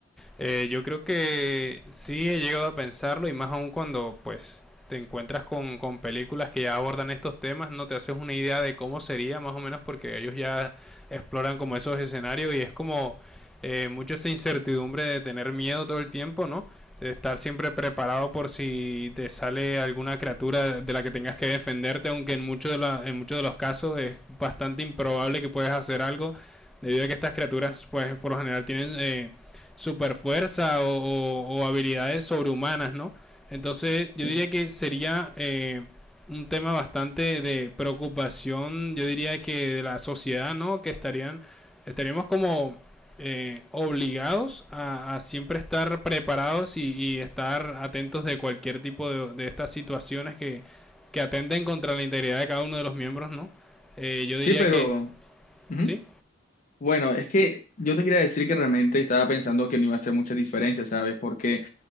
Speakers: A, in the centre; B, on the left.
A: Eh, yo creo que sí he llegado a pensarlo y más aún cuando pues te encuentras con, con películas que ya abordan estos temas, no te haces una idea de cómo sería más o menos porque ellos ya exploran como esos escenarios y es como eh, mucho esa incertidumbre de tener miedo todo el tiempo, ¿no? De estar siempre preparado por si te sale alguna criatura de la que tengas que defenderte, aunque en muchos de, la- en muchos de los casos es bastante improbable que puedas hacer algo, debido a que estas criaturas, pues por lo general tienen eh, super fuerza o, o- o habilidades sobrehumanas, ¿no? Entonces yo
B: Sí,
A: diría que sería eh, un tema bastante de preocupación, yo diría que de la sociedad, ¿no? Que estarían, estaríamos como eh, obligados a, a siempre estar preparados y, y estar atentos de cualquier tipo de, de estas situaciones que, que atenten contra la integridad de cada uno de los miembros, ¿no? Eh, yo diría
B: Sí, pero...
A: que,
B: ujú.
A: sí,
B: Bueno, es que yo te quería decir que realmente estaba pensando que no iba a hacer mucha diferencia, ¿sabes? Porque